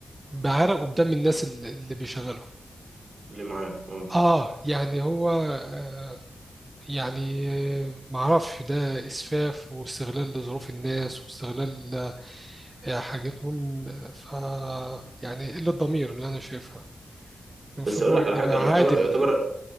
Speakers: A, on the right; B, on the right.
A: بعرق وبدم الناس اللي اللي بيشغله
B: اللي معاه اه
A: اه يعني هو آه يعني آه، معرفش ده اسفاف واستغلال لظروف الناس واستغلال آه، حاجتهم آه، ف يعني قلة ضمير اللي انا شايفها المفروض
B: بس اقول
A: الواحد
B: لك على
A: يبقى
B: حاجه انا
A: عادل
B: يعتبر يعتبر